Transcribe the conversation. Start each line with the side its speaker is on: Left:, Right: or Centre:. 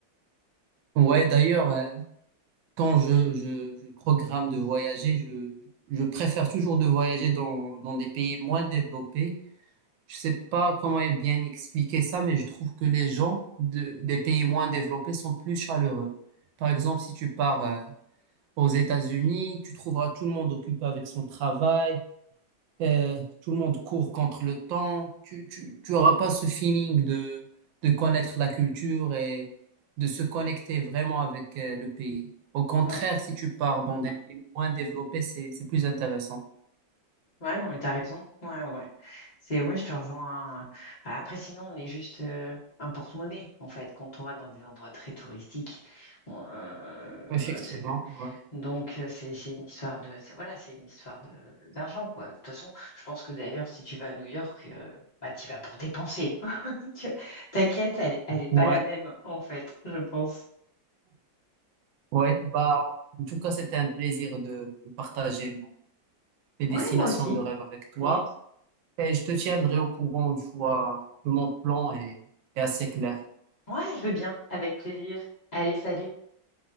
Right: Ouais, d'ailleurs, euh, quand je, je, je programme de voyager, je, je préfère toujours de voyager dans, dans des pays moins développés. Je sais pas comment est bien expliquer ça, mais je trouve que les gens de, des pays moins développés sont plus chaleureux. Par exemple, si tu pars euh, aux États-Unis, tu trouveras tout le monde occupé avec son travail, euh, tout le monde court contre le temps. Tu, tu, tu auras pas ce feeling de, de connaître la culture et de se connecter vraiment avec euh, le pays. Au contraire,
Left: Ouais.
Right: si tu pars dans des pays moins développés, c'est, c'est plus intéressant.
Left: Ouais, non, mais t'as raison. Ouais, ouais. ouais. C'est, ouais, je te rejoins. Bah, après, sinon, on est juste euh, un porte-monnaie, en fait, quand on va dans des endroits très touristiques. on- euh,
Right: Effectivement,
Left: c'est-
Right: ouais.
Left: donc, euh, c'est c'est une histoire de, c'est- voilà, c'est une histoire de d'argent, quoi. De toute façon, je pense que d'ailleurs, si tu vas à New York, euh, bah, tu vas pour dépenser. <laughs> Tu- Ta quête, elle, elle est pas
Right: Ouais,
Left: la même, en fait, je pense.
Right: ouais. Bah, en tout cas, c'était un plaisir de, de partager mon- mes destinations
Left: Ouais, moi aussi.
Right: de rêve avec toi.
Left: Mm.
Right: Et je te tiendrai au courant une fois que mon plan est, est assez clair.
Left: Ouais, je veux bien, avec plaisir. Allez, salut.